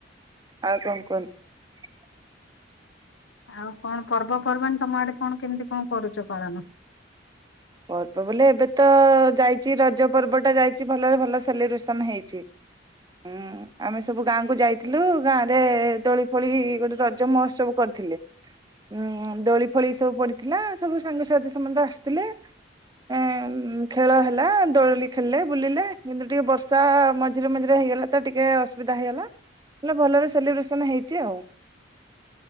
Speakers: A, on the right; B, on the left.
A: ଆଉ କଣ କୁହନ୍ତୁ।
B: ଆଉ କଣ ପର୍ବପର୍ବାଣୀ ତମ ଆଡେ କଣ କେମିତି କଣ କରୁଛ ପାଳନ?
A: ପର୍ବ ବୋଲେ ଏବେ ତ ଯାଇଛି ରଜ ପର୍ବ ଟା ଯାଇଛି ଭଲରେ ଭଲ ସେଲିବ୍ରେସନ ହେଇଛି। ହୁଁ ଆମେ ସବୁ ଗାଁ କୁ ଯାଇଥିଲୁ, ଗାଁ ରେ ଦୋଳି ଫୋଳି ଗୋଟେ ରଜ ମହୋତ୍ସବ କରି ଥିଲେ, ଉଁ ଦୋଳି ଫୋଳି ସବୁ ପଡିଥିଲା ସବୁ ସାଙ୍ଗସାଥି ସମସ୍ତେ ଆସିଥିଲେ। ଉଁ ଖେଳ ହେଲା ଦୋଳି ଖେଳିଲେ ବୁଲିଲେ କିନ୍ତୁ ଟିକେ ବର୍ଷା ମଝିରେ ମଝିରେ ହେଇଗଲା ତ ଟିକେ ଅସୁବିଧା ହେଇଗଲା ହେଲେ ଭଲରେ ସେଲିବ୍ରେଶନ ହେଇଛି ଆଉ।